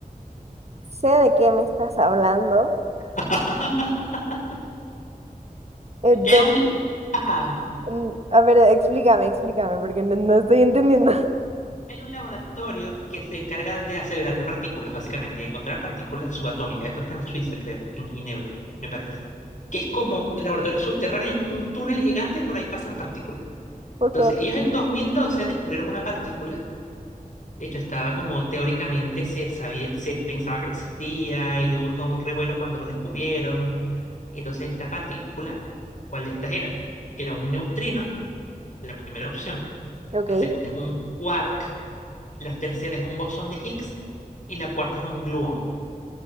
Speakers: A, on the right (about 45°); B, on the left (about 60°).
A: Sé de qué me estás hablando.
B: <laughs>
A: Entonces,
B: Que hay un... Ajá,
A: mm, a ver, explícame, explícame, porque no, no estoy entendiendo. <laughs>
B: Hay un laboratorio que se encarga de acelerar partículas, básicamente, y encontrar partículas subatómicas. Esto está en Suiza, creo, en Ginebra, me parece. Que es como el laboratorio es subterráneo, es como un túnel gigante, por ahí pasan partículas.
A: Ok,
B: Entonces, ellos en 2012 descubrieron una partícula. De hecho, estaba como teóricamente se sabía, se pensaba que existía y hubo todo un revuelo cuando lo descubrieron. Y entonces, la partícula, ¿cuál de estas era? Era un neutrino, la primera opción.
A: ok.
B: La segunda es un quark la tercera es un bosón de Higgs y la cuarta es un gluón.